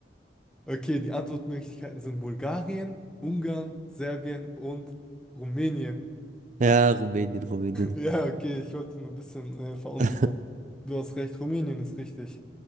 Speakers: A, in the centre; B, on the right.
A: Okay, die Antwortmöglichkeiten sind Bulgarien, Ungarn, Serbien und Rumänien. <laughs>
B: Ja, Rumänien, Rumänien.
A: Ja, okay, ich wollte nur ein bisschen äh, verunsichern.
B: <laughs>
A: Du hast recht, Rumänien ist richtig.